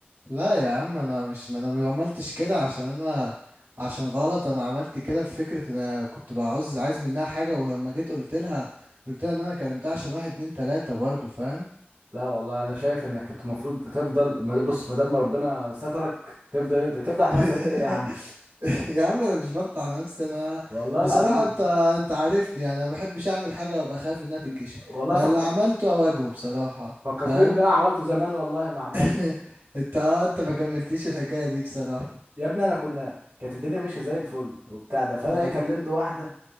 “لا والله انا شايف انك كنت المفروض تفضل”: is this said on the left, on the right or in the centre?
Right